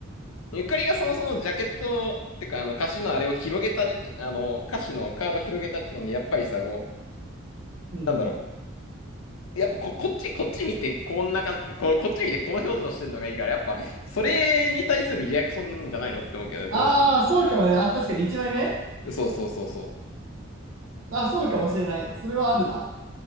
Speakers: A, on the left; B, on the right.
A: ゆかりがそもそもジャケット、ってか、あの、歌詞のあれを広げた時点、あの、歌詞のカード広げた時点で、やっぱりさ、こ
B: うん。
A: う、なんだろう。やっぱこ、こっち、こっち見て、こんなかん、こ、こっち見て、この表情してんのがいいから、やっぱ、それに対するリアクションなんじゃないのって思うけどね、
B: ああ、
A: この CD。
B: そうかもね。あ、確かに1枚目
A: そうそうそうそう。
B: あ、そうかもしれない。それはあるな。